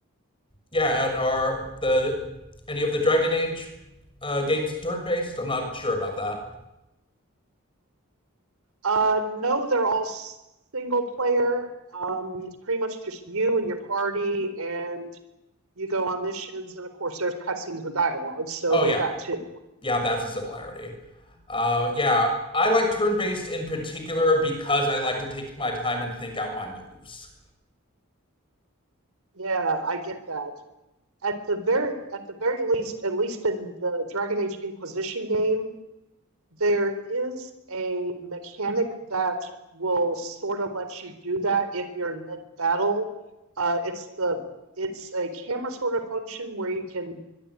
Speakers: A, on the left (about 25°); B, on the right (about 85°).
A: Yeah, and are the any of the Dragon Age uh, games turn based? I'm not sure about that.
B: Uh, no, they're all single player. Um, it's pretty much just you and your party, and you go on missions. And of course, there's cutscenes with dialogue, so
A: Oh
B: there's
A: yeah,
B: that too.
A: yeah, that's a similarity. Uh, yeah, I like turn based in particular because I like to take my time and think out my moves.
B: Yeah, I get that. At the very, at the very least, at least in the Dragon Age Inquisition game, there is a mechanic that will sort of let you do that if you're in mid battle. Uh, it's the it's a camera sort of function where you can